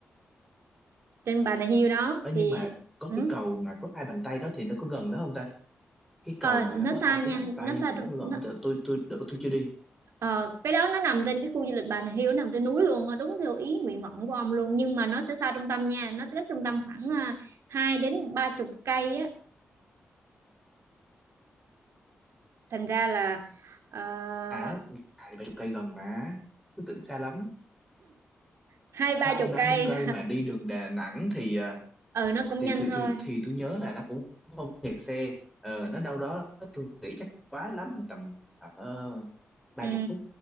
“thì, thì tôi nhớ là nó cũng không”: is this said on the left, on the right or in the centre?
Centre